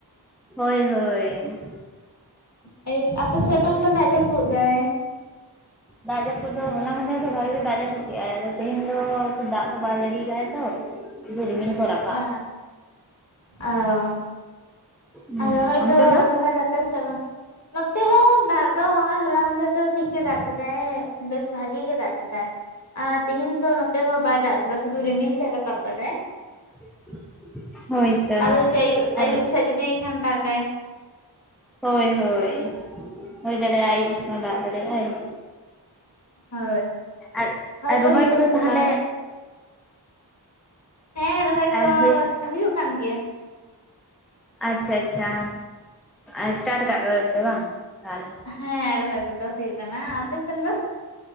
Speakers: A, in the centre; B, on the left.
A: ᱦᱳᱭ, ᱦᱳᱭ᱾
B: ᱦᱮᱸ ᱟᱯᱮ ᱥᱮᱫ ᱚᱠᱟᱞᱮᱠᱟ ᱫᱟᱜ ᱡᱟᱹᱯᱩᱫ ᱮᱫᱟᱭ ᱾
A: ᱫᱟᱡᱟᱯᱩᱫ ᱫᱚᱸ ᱦᱚᱞᱟ ᱥᱮᱫ ᱠᱷᱚᱱ ᱜᱮ ᱵᱷᱟᱜᱮ ᱫᱟᱡᱟᱯᱩᱫᱟ-ᱭ᱾ ᱮᱫᱟᱭ ᱟᱫᱚ ᱛᱮᱦᱮᱧ ᱫᱚᱸ ᱫᱟᱜ ᱫᱚ ᱵᱟᱭ ᱡᱟᱹᱲᱤ ᱼᱭᱟ᱾ ᱟᱠᱟ ᱫᱟ ᱛᱚ᱾ ᱥᱩᱫᱷᱩ ᱨᱤᱢᱤᱞ ᱠᱚ ᱨᱟᱠᱟᱵ
B: ᱦᱮᱸ
A: ᱟᱠᱟᱫ
B: ᱚᱸ᱾
A: ᱦᱩᱸ
B: ᱟᱨ ᱨᱚᱦᱚᱭ
A: ᱚᱱᱛᱮ
B: ᱠᱚ
A: ᱫᱚ
B: ᱨᱚᱦᱚᱭ ᱫᱟᱯᱮ ᱥᱮ ᱵᱟᱝ? ᱱᱚᱛᱮ ᱦᱚᱸ ᱫᱟᱜ ᱫᱚ ᱱᱚᱳᱸᱭ, ᱦᱚᱞᱟ ᱢᱟᱸᱫᱷᱮᱨ ᱫᱚ ᱴᱷᱤᱠ ᱜᱮ ᱫᱟᱜ ᱠᱮᱫᱟᱭ᱾ ᱵᱮᱥ ᱵᱷᱽᱟᱜᱤ ᱜᱮ ᱫᱟᱜ ᱠᱮᱫᱟᱭ ᱾ ᱟᱨ ᱛᱤᱦᱤᱧ ᱫᱚ ᱱᱚᱛᱮ ᱦᱚᱸ ᱵᱟᱭ ᱫᱟᱜ ᱠᱟᱫᱟ᱾ ᱥᱩᱫᱷᱩ ᱨᱤᱢᱤᱞ ᱥᱮᱫ ᱨᱟᱠᱟᱵ ᱠᱟᱫᱟᱭ ᱾
A: <inaudible> ᱦᱳᱭᱛᱚ
B: ᱟᱫᱚ ᱡᱩᱫᱤ ᱟᱭᱩᱵ,
A: ᱟᱨ
B: ᱟᱭᱩᱵ ᱥᱮᱫ ᱡᱩᱫᱤ ᱠᱷᱟᱱᱮ ᱫᱟᱜᱟᱭ᱾
A: ᱦᱳᱭ, ᱦᱳᱭ ᱦᱩᱭᱳᱭ ᱫᱟᱲᱮᱭᱟ-ᱜ ᱟᱭ᱾ ᱟᱭᱩᱵ ᱥᱮᱫ ᱫᱟᱜ ᱫᱟᱲᱮᱭᱟᱜᱼᱟᱭ ᱾
B: ᱦᱳᱭ
A: ᱟᱨ ᱟᱨ
B: ᱠᱚ
A: ᱨᱚᱦᱚᱭ
B: ᱦᱩᱭᱩᱜ ᱠᱟᱱᱟ
A: ᱠᱚᱼᱫᱚ
B: ᱥᱮ
A: ᱛᱟᱦᱚᱞᱮ᱾
B: ᱵᱟᱝ? ᱦᱮᱸ ᱨᱚᱦᱚᱭ
A: ᱮᱸ
B: ᱠᱚ
A: ᱦᱳᱭ
B: ᱦᱩᱭᱩᱜ ᱠᱟᱱ ᱜᱮᱭᱟ᱾
A: ᱟᱪᱪᱷᱟ - ᱟᱪᱪᱷᱟ ᱟᱥᱴᱟᱴ ᱠᱟᱜ ᱜᱮᱯᱮ ᱵᱟᱝ? ᱛᱟᱦᱞᱮ
B: ᱦᱮᱸ ᱨᱚᱦᱚᱭ ᱠᱚᱼᱫᱚ ᱦᱩᱭᱩᱜ ᱠᱟᱱᱟ᱾ ᱟᱯᱮᱥᱱ ᱫᱚ᱾